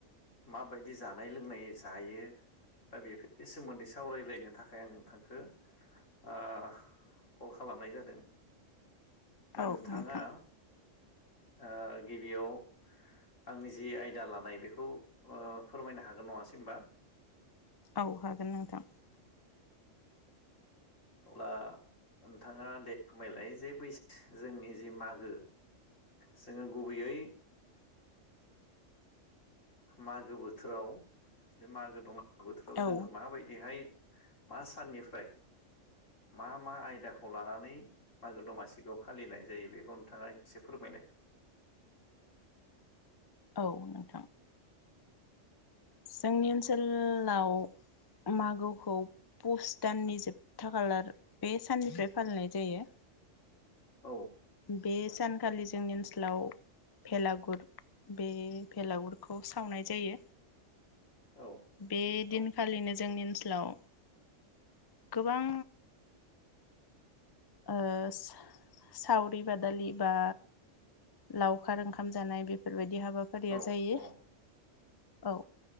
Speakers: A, on the left; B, on the left.
A: माबायदि जानाय लोंनाय जायो दा बेफोरनि सोमोन्दै सावरायलायनो थाखाय आं नोंथांखो ओ कल खालामनाय जादों। दा
B: औ
A: नोंथाङा
B: नोंथां
A: ओ गिबियाव आंनि जि आयदा लानाय बेखौ फोरमायनो हागोन नङासै होनबा?
B: औ हागोन नोंथां
A: <inaudible> अब्ला नोंथाङा दे फोरमायलाय जे बै जोंनि जि मागो जोङो गुबैयै मागो बोथोराव बे मागो दमा बोथोराव जोङो
B: औ
A: माबायदिहाय मा साननिफ्राय मा मा आयदाखौ लानानै मागो दमासिखौ फालिनाय जायो बेखौ नोंथाङा एसे फोरमायलाय।
B: औ नोंथां जोंनि ओनसोलाव मागोखौ पुस दाननि जोबथा खालार बे साननिफ्राय फालिनाय जायो
A: औ
B: बे सानखालि जोंनि ओनसोलाव भेलागुर बे भेलागुरखौ सावनाय जायो।
A: औ
B: बेदिन खालिनो जोंनि ओनसोलाव गोबां ओ साव-सावरि बादालि बा लावखार ओंखाम जानाय बेफोरबायदि हाबाफारिया
A: औ
B: जायो
A: औ
B: औ